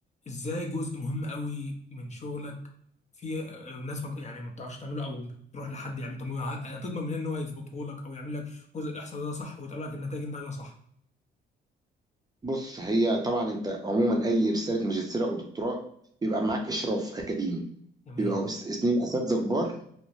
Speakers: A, on the left (about 35°); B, on the right (about 20°).
A: ازاي جزء مهم قوي من شغلك في آه، ناس ما يعني ما بتعرفش تعمله او بتروح لحد يعمل طب ه- هتضمن منين ان هو يظبطه لك او يعمل لك جزء الاحصاء ده صح ويطلع لك النتائج اللي انت عايزها صح
B: بص هي طبعا انت عموما اي رساله ماجستير او دكتوراه بيبقى معاك اشراف اكاديمي
A: جميل
B: بيبقوا اس- اثنين اساتذه كبار